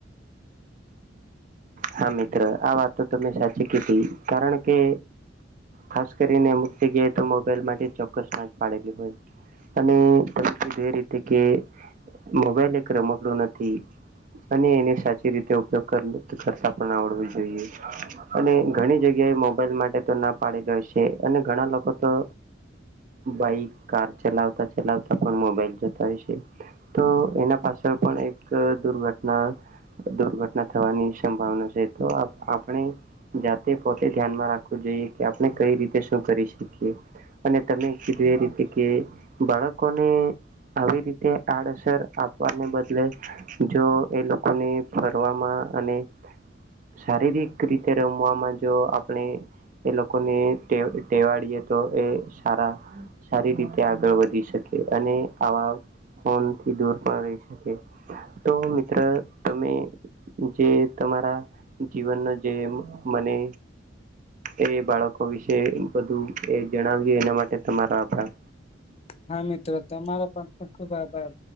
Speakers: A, on the right; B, on the left.
A: હા મિત્ર આ વાત તો તમે સાચી કીધી કારણ કે ખાસ કરીને અમક જગ્યાએ તો મોબાઈલ માટે ચોક્કસ ના પાડેલી હોય. અને તમે કીધું એ રીતે કે. મોબાઈલ એક રમકડું નથી અને એને સાચી રીતે ઉપયોગ કર આવ જોઈ અને ઘણી જગ્યાએ મોબાઈલ માટે તો ના પાડીે ગ છે અને ઘણા બાઈક કાર ચલાવતા ચલાવતા પણ મોબાઈલ જતા હોય છે. તો એના પાછળ પણ એક દુર્ઘટના દુર્ઘટના થવાની સંભાવના છે તો આપણે. જાતે પોતે ધ્યાનમાં રાખવું જોઈએ કે આપણે કઈ રીતે શું કરી શકીએ. અને તમે કીધું એ રીતે કે બાળકોને. આવી રીતે આડઅસર આપવાને બદલે જો એ લોકોને ફરવામાં અને શારીરિક રીતે રમવામાં જો આપણે. એ લોકોને ટેવાડીીએ તો એ સારા સારી રીતે આગળ વધી શકે અને આવા ફોન થી દૂર પણ રહી શકે. તો મિત્ર તમે જે તમારા જીવનનો જે મને એ બાળકો વિશે બધું એ જણાવજે એના માટે તમારો આભાર.
B: હા મિત્રો તમારો પણ ખુબ ખુબ આભાર.